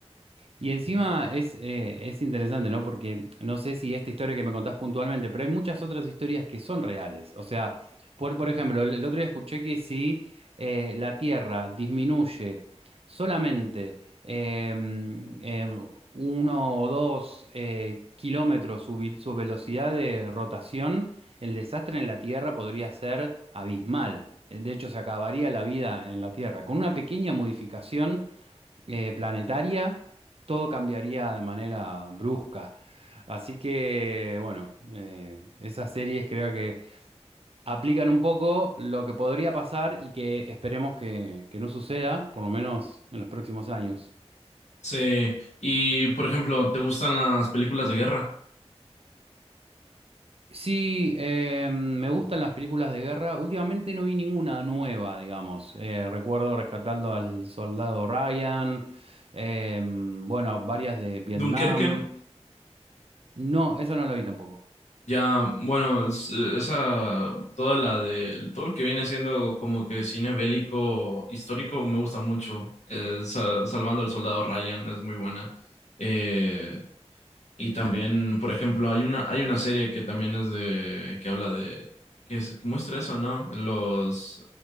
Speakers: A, on the right; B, on the left.
A: Y encima es, eh, es interesante, ¿no? Porque no sé si esta historia que me contás puntualmente, pero hay muchas otras historias que son reales. O sea, por, por ejemplo, el, el otro día escuché que si eh, la Tierra disminuye solamente eh, eh, uno o dos eh, kilómetros su, vi- su velocidad de rotación, el desastre en la Tierra podría ser abismal. Eh, De hecho, se acabaría la vida en la Tierra. Con una pequeña modificación eh, planetaria, todo cambiaría de manera brusca. Así que, bueno, eh, esas series creo que aplican un poco lo que podría pasar y que esperemos que, que no suceda, por lo menos en los próximos años.
B: Sí, y por ejemplo, ¿te gustan las películas de guerra?
A: Sí, eh, me gustan las películas de guerra. Últimamente no vi ninguna nueva, digamos. Eh, recuerdo Rescatando al Soldado Ryan, eh, bueno, varias de Vietnam.
B: Dunkerque
A: No, eso no lo vi tampoco.
B: Ya, bueno, es- eh, esa, toda la de, todo lo que viene siendo como que cine bélico histórico me gusta mucho. Eh, Sa- Salvando al Soldado Ryan es muy buena. Eh, y también, por ejemplo, hay una, hay una serie que también es de, que habla de, que, es- que muestra eso, ¿no? Los,